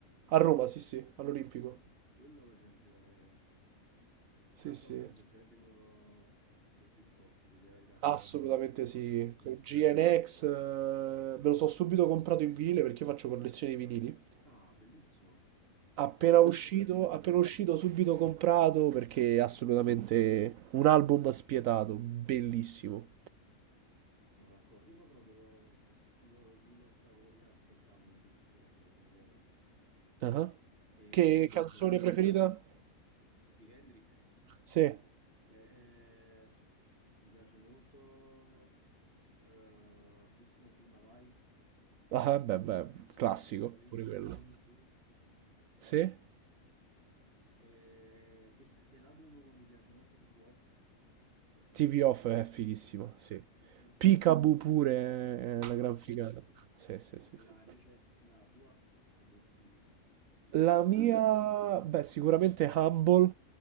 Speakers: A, on the right; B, on the right.
A: A Roma, sì, sì, all'Olimpico.
B: Mamma mia, quello per esempio è
A: Sì,
B: attualmente
A: sì,
B: sicuramente uno dei più forti, devo dire la verità.
A: assolutamente
B: Forte,
A: sì.
B: forte,
A: Con
B: forte.
A: GNX, eh, me lo so subito comprato in vinile perché io faccio collezione di vinili.
B: Ah, bellissimo. Questo
A: Appena
B: è molto
A: uscito,
B: interessante.
A: appena uscito, subito comprato perché è assolutamente un album spietato, bellissimo.
B: Sono d'accordo. Io proprio lo, lo- lo stavo riascoltando in questi giorni, ti dico la verità.
A: Ah.
B: E
A: Che
B: io
A: canzone
B: poi mi sono... con-
A: preferita?
B: di Kendrick.
A: Sì,
B: E, eh, mi piace molto eh, Bitch Don't Kill My Vibe,
A: Ah, beh, beh, classico,
B: eh, Swim-
A: pure
B: eh,
A: quello.
B: Swimming Pools.
A: Sì?
B: E questo- dell'album nuovo mi piace molto TV Off.
A: TV Off è fighissimo,
B: Sì.
A: sì.
B: Fortissima.
A: Peekaboo pure è
B: Pure
A: una
B: forte,
A: gran figata.
B: sì.
A: Sì,
B: Sì.
A: sì, sì,
B: La-
A: sì.
B: invece la tua, se dovessi dirmi qual
A: La
B: è il tuo preferito.
A: mia, beh, sicuramente Humble